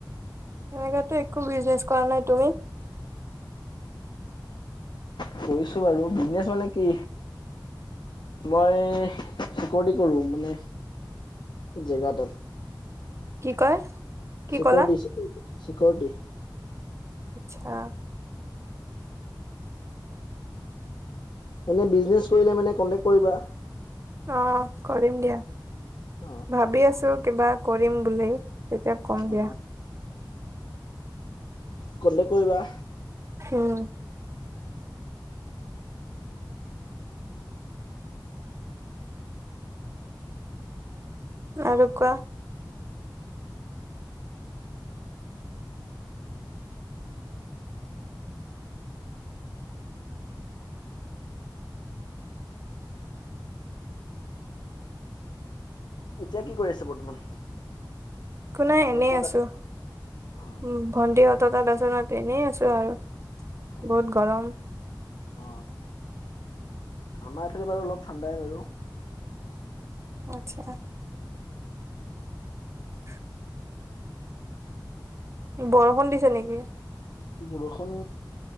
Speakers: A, on the right; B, on the left.
A: সনেকাতো একো বিজনেছ কৰা নাই তুমি
B: কৰিছোঁ বাৰু বিজনেছ মানে কি মই চিকৰটি কৰো মানে জেগাটাত
A: কি কয় কি
B: চিকৰটি
A: ক'লা?
B: চিকৰটি চিকৰটি
A: আচ্ছা
B: এনে বিজনেছ কৰিলে মানে কন্টেক্ কৰিবা
A: অ কৰিম দিয়া
B: অ
A: ভাবি আছো কিবা কৰিম বুলি তেতিয়া কম
B: অ
A: দিয়া
B: কন্টেক কৰিবা
A: উম আৰু কোৱা
B: এতিয়া কি কৰি আছে বৰ্তমান
A: একো নাই এনেই
B: মানে ক'ত
A: আছো
B: আছে অ
A: উম ভণ্টিহঁতৰ তাত আছো ইয়াত এনেই আছো আৰু
B: অ
A: বহুত গৰম
B: অ আমাৰ এইফালে বাৰু অলপ ঠাণ্ডাই আৰু
A: আচছা <unintelligible> বৰষুণ দিছে নিকি
B: বৰষুণ